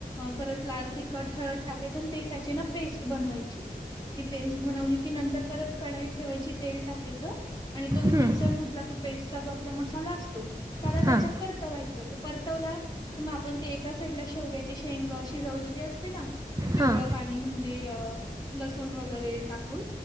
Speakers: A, on the left (about 25°); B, on the right (about 20°).
A: परत लाल, तिखट, हळद टाकायचं आण ते त्याची ना पेस्ट बनवायची. ती पेस्ट बनवली की नंतर परत कडाई ठेवायची तेल टाकायच आणि तो मिक्सर
B: हं,
A: मधला तो पेस्टचा जो आपला मसा असतो त्या त्याच्यात
B: हां
A: परतवायच. परतवला कि म आपण एका साईडला शेवग्याची शेंग शिजवली असते ना ते पिवळ
B: हां
A: पाणी म्हणजे अ लसण वगैरे टाकून